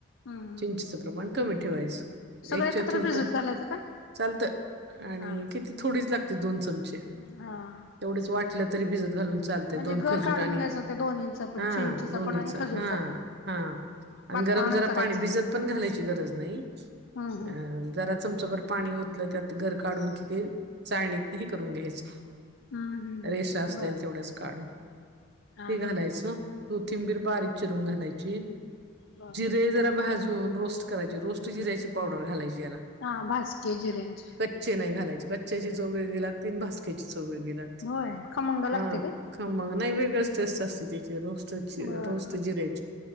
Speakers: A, on the left; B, on the right.
A: हम्म
B: चिंचीचं प्रमाण कमी ठेवायचं
A: सगळं
B: एक
A: एकत्र
B: चतुर्थ
A: भिजत घालायचं का
B: चालत आणि
A: हा हा
B: किती थोडीच लागते दोन चमचे
A: हा
B: तेवढेच वाटलं तरी भिजत घालून चालते
A: म्हणजे
B: दोन
A: गर
B: खजुर
A: काढून
B: आणि
A: घ्यायचं त्या दोन्हींचा पण
B: हा
A: चिंचेचा
B: दोन्हीच
A: पण आणि खजूरचा
B: हा
A: पण
B: हा आणि
A: पातळ
B: गरम
A: नाही
B: जरा
A: करायचं
B: पाणी भिजत पण घालायची गरज नाही
A: हम्म हम्म
B: ह जरा चमचा भर पाणी होतलं त्यात घर काढून किती चाळणीत नाही करून घ्यायचं
A: हम्म हम्म
B: रेषा असलेल
A: बर
B: तेवढ्याच काढून
A: हा
B: ते घालायचं
A: हा
B: कोथिंबीर बारीक चिरून घालायची
A: बर
B: जिरे जरा भाजून रोस्ट करायचे रोस्ट जिर्याची पावडर घालायची
A: हा भाजके जिऱ्यांचे
B: कच् नाही घालायचे कचची चो वेग लाग त भाक्याची च वेग लाग
A: होय खमंग लागते
B: हा
A: काय
B: ख मग नाही वेगळच टेस्ट असते त्याची रो
A: बर
B: रोस्ट
A: बर
B: जिरेज